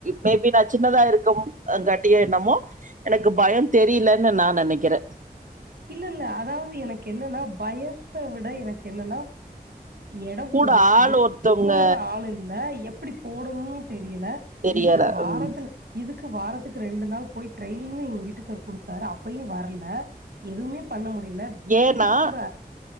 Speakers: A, on the right (about 55°); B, on the right (about 80°).
A: மேபி நா சின்னதா இருக்கம் காட்டிய என்னமோ எனக்கு பயம் தெரிலன்னு நா நெனக்கிற
B: இல்ல இல்ல அதாவது எனக்கு என்னனா பயத்த விட எனக்கு என்னனா எடம்
A: கூட
B: புதுசு
A: ஆள் ஒருத்தவங்க
B: கூட ஆள் இல்ல எப்டி போடனும்னு தெரியல
A: தெரியல
B: இதுக்கு வாரத்ல
A: ம்
B: இதுக்கு வாரத்துக்கு ரெண்டு நாள் போய் ட்ரெய்னிங்கு எங்க வீட்டுக்காரு குடுத்தாரு அப்பயு வரல எதுவுமே பண்ண முடில விட்டுட்டு
A: ஏன்னா
B: கூட